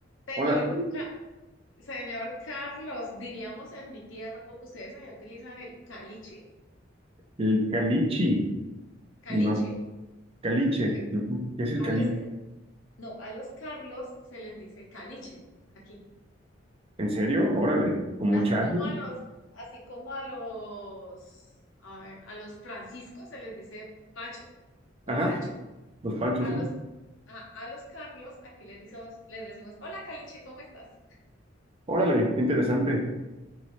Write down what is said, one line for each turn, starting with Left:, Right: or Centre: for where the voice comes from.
Left: Señor,
Right: Hola, Ju-
Left: Ca- señor Carlos, diríamos en mi tierra, u- ustedes allá utilizan el caliche,
Right: el calichi,
Left: caliche.
Right: no, caliche,
Left: Ok,
Right: no, ¿qué es el cali?
Left: A los, ca- no, a los Carlos se les dice caliche aquí.
Right: ¿En serio? Órale, como
Left: Así
Right: Charlie.
Left: como a los, así como a los, a ver, a los Franciscos se les dice Pacho o
Right: Ajá,
Left: Pancho.
Right: los panchos,
Left: A los,
Right: ¿eh?
Left: a, a los Carlos aquí les decimos, les decimos, hola caliche, ¿cómo estás?
Right: Órale, qué interesante,